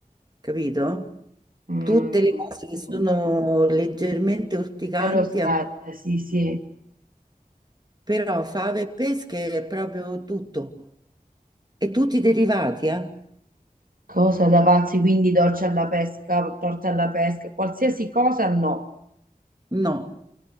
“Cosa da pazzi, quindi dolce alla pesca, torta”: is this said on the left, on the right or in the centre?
Right